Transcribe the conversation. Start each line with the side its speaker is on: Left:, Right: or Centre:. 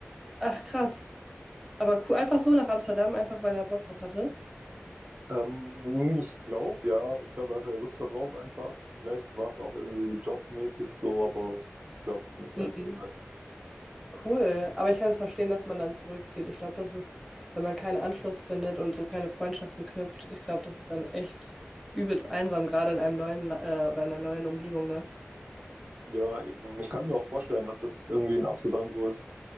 Centre: ach krass. Aber cool, einfach so nach Amsterdam, einfach weil er Bock drauf hatte.
Right: Ähm, ich glaube ja, ich glaube, er hatte Lust darauf einfach. Vielleicht war es auch irgendwie jobmäßig so, aber ich glaube es nicht, ehrlich
Centre: Mhm.
Right: gesagt.
Centre: Cool, aber ich kann es verstehen, dass man dann zurückzieht. Ich glaube, das ist, wenn man keinen Anschluss findet und so keine Freundschaften knüpft, ich glaube, das ist dann echt übelst einsam, gerade in einem neuen, La- äh, oder in einer neuen Umgebung, ne?
Right: Ja, eben, ich kann mir auch vorstellen, dass das irgendwie in Amsterdam so ist,